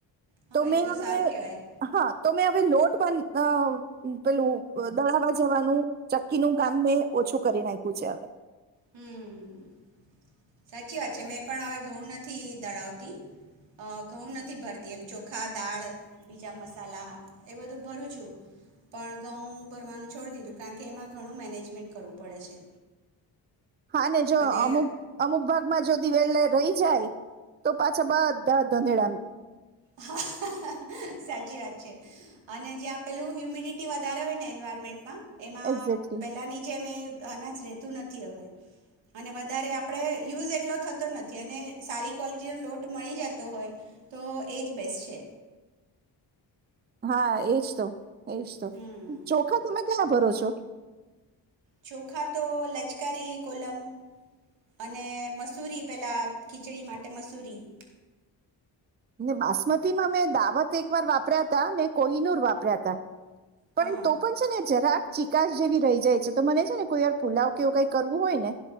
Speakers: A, on the right (about 75°); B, on the right (about 25°).
A: હા
B: તો મે
A: એ
B: હવે
A: સારું કહેવાય
B: હા તો મેં હવે લોટ પણ પેલું દળાવવા જવાનું ચક્કીનું કામ મેં ઓછું કરી નાખ્યું છે હવે
A: હમ્મ સાચી વાત છે મેં પણ હવે ઘઉં નથી દળાવતી ઘઉં નથી ભરતી એમ ચોખા દાળ બીજા મસાલા એ બધું ભરું છું પણ ઘઉં ભરવાનું છોડી દીધું કારણ કે એમાં ઘણું મેનેજમેન્ટ કરવું પડે છે
B: હા ને જો
A: અને
B: અમુક અમુક ભાગમાં જો દીવેલ રહી જાય તો પાછા બધા ધણેળા
A: હ સાચી વાત છે અને જ્યાં પેલું હ્યુમિડિટી વધારે હોય ને એન્વાયરમેન્ટમાં એમાં
B: એક્ઝેક્ટલી
A: પહેલા નીચે મેં અનાજ રહેતું નથી હવે અને વધારે આપ આપણે યુઝ એટલો થતો નથી અને સારી ક્વૉલિટીનો લોટ મળી જતો હોય તો એ જ બેસ છે
B: હા એજ તો એશ તો
A: હમ
B: ચોખા તમે ક્યાં ભરો છો શો
A: ચોખા તો લચકારી કોલમ અને મસૂરી પેલા ખીચડી માટે મસૂરી
B: બાસમતી માં મેં દાવત એક વાર વાપર્યા તા ને કોઈનુર વાપર્યા તા પણ
A: હા હા
B: તો પણ છે ને જરાક ચીકાસ જેવી રહી જાય છે તો મને છે ને કોઈ વાર ફુલાવ કેવું કઈ કરવું હોય ને